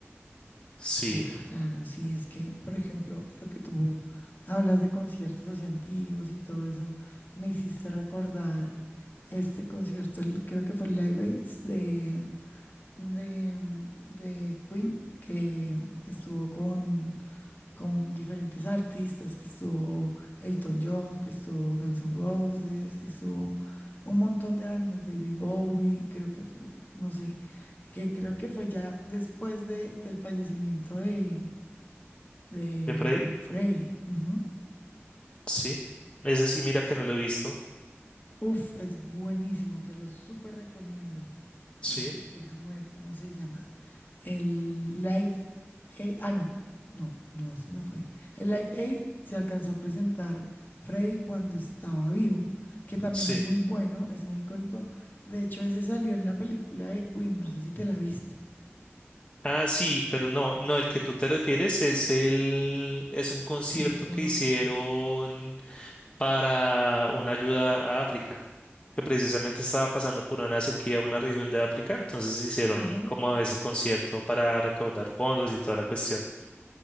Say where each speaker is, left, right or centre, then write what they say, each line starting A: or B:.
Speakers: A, on the left (about 25°); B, on the left (about 45°).
A: Sí,
B: uf, claro, sí, es que, por ejemplo, lo que tú hablas de conciertos así antiguos y todo eso, me hiciste recordar este concierto, el- creo que fue el Live Aid de, de, de Queen, que estuvo con con diferentes artistas, que estuvo Elton John, que estuvo Guns N' Roses, que estuvo un montón de bandas, David Bowie, creo que fue, no sé, que creo que fue ya después de, del fallecimiento de, de
A: ¿de Freddie?
B: um, Frey. Ujú.
A: Sí. Es decir, mira que no lo he visto.
B: Uf, es buenísimo, te lo súper recomiendo.
A: Sí,
B: Eh, déjame ver cómo se llama. El Live Aid, ah, no, no, no, ese no fue. El Live Aid se alcanzó a presentar Freddy cuando estaba vivo, que también
A: sí.
B: es muy bueno, es muy icónico. De hecho, ese salió en la película de Queen, no sé si te la viste,
A: Ah, sí, pero no, no, el que tú te refieres es el, es un concierto
B: tiene otro
A: que
B: nombre.
A: hicieron para una ayuda a África, que precisamente estaba pasando por una sequía una región de África, entonces hicieron
B: Ajá,
A: como ese concierto para recaudar fondos y toda la cuestión.